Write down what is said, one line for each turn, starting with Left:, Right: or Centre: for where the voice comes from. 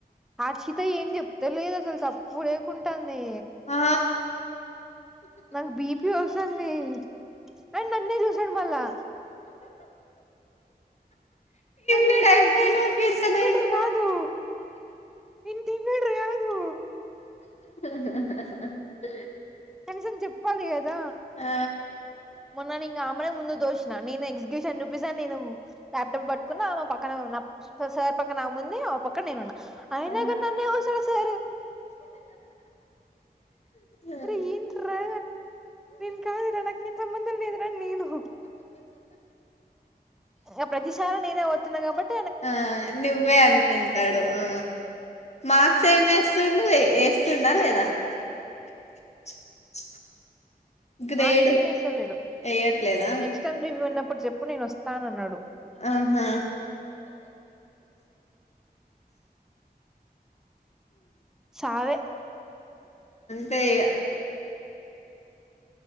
Centre: ఆచిత ఏం చెప్తేలేదు అసలు సప్పుడు లేేకుంటాంది
Left: ఆ
Centre: నాకు బీపి వస్తంది ఆయన నన్నే చూసాడు మళ్ళా అరే
Left: వీడ్ అయిపోయినా
Centre: ఏంది నేను
Left: ఇర్సనా
Centre: టీమ్ లీడర్
Left: ఇంకా
Centre: కాదు నేను టీమ్ లీడర్ కాదు
Left: <unintelligible>
Centre: కనీసం చెప్పాలి కదా
Left: ఆ
Centre: మొన్న నేన్ గామెనే ముందు తోషిన నేన్ ఎక్జిక్యూషన్ చూపేస నేను లాప్టాప్ పట్టుకున్న ఆమె పక్కన సార్ పక్కన ఆముంది ఆమె పక్కన నేనున్నా అయినా
Left: ఆ
Centre: కాని నన్నే తోసేసారు
Left: ఆ.
Centre: అరే ఏంట్రా ఇంకా ఏలెక్షన్ సంబంధం లేదు అని నేను ఏ ప్రతిసారి నేనే పోతున్న కాబట్
Left: ఆ నువ్వే అనుకుంటాడు ఆ మార్క్స్ ఏమి వేస్తుండు వేస్తుండా లేదా <inaudible> గ్రేడ్
Centre: మార్క్స్ ఏం వేస్తలేడు
Left: వేయట్లేదా
Centre: నెక్స్ట్ టైం రివ్యూ ఉన్నప్పుడు చెప్పు నేను వస్తానన్నాడు
Left: ఆహా
Centre: సారె
Left: తె ఇగ